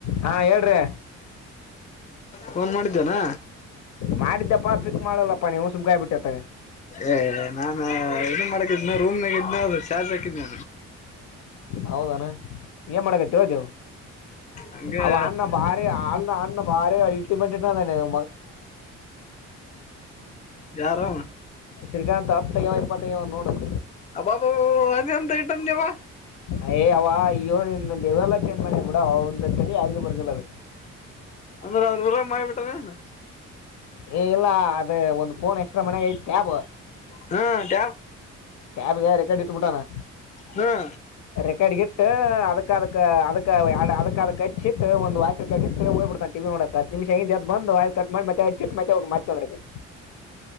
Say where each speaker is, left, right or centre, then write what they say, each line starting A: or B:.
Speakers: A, on the left; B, on the left.
A: ಹಾ ಹೇಳ್ರಿ.
B: ಫೋನ್ ಮಾಡಿದ್ದೇನಾ.
A: ಮಾಡಿದ್ದಪ್ಪಾ ಪಿಕ್ ಮಾಡಲ್ಲಪ್ಪಾ, ನಾನು ಸುಮ್ಮನಾಗ್ಬಿಟ್ಟೆ.
B: ಏ ನಾನು ಇದನ್, ಮಾಡಕಿದನ ರೂಮ್ನಾಗಿದ್ನ ಅದು ಚಾರ್ಜ್ ಹಾಕಿದಿ.
A: ಹೌದಣ, ಏನ್ ಮಾಡಕತ್ತ ಹ್ದವು
B: ಹಂಗೆ
A: ಅವ ಅಣ್ಣ ಭಾರಿ ಅ ಅ. ಅವರ ಮಗ ಬಾರಿ ಐಟಿ ಬಿಟಿ ಕಂಪನಿ.
B: ಯಾರು
A: ಶ್ರೀಕಾತ್ ಹಪ್ತೈವ ಇಪ್ಪತ ನೋಡದು.
B: ಅಬ್ಬಾಬ, ಅದ ಹೆಂಗೆ ಆಯ್ತವ್ವಾ
A: ಅಯ್ ಅವಯ್ಯೋ ನಿಮ್್ದೊ, ದವೆಲ್ಲ ಚೇಂಜ್ ಮಾಡೇ ಬಿಡ, ಅವ ಒಂದರಿ ಯಾರಿಗೆ ಬರ್ದಿಲ್ಲ. ಬ
B: ಅಂದ್ರೆ ಅವ್ರೂಊ ಮಾಡಿಬಿಟ್ಟಾನ.
A: ಏ ಇಲ್ಲ ಅದು ಒಂದು್ಫೋನ್ ಎಕ್ಸ್ಟ್ರಾ ಮನೆಾಗ ಐತ್ ಕ್ಯಾಬ್,
B: ಕ್ಯಾಬ್
A: ಕ್ಯಾಬ್ ಗೆ ಒಂದು ಫೋನ್ ಇಟ್ಬಿಟ್ಟವ್ನೆ.
B: ಹೌದಾ
A: ರೆಕಾರ್ಡ್ಗಿಟ್ಟ ಅದಕ್ಕದಕ್ ಅದಕ್ ಅದಕ್ಕದಕ್ ಹಚ್ಚಿಟ್ಟ ಒಂದ ವಯಸ್ಸ ಹಚ್ಚಿಟ್ಟು ಹೋಗ್ಬ ಬಿಡ್ತಾನ ಟಿ ನೋಡಕ್ ಹತ್ ನಿಮಿಷ ಬಿಟ್ಟು, ಬಂದು ಆನ್ ಮಾಡಿ ಮತ್ತೆ ಮತ್ತೆ ಹೋಗ ಬಿಡ್ತಾನೆ.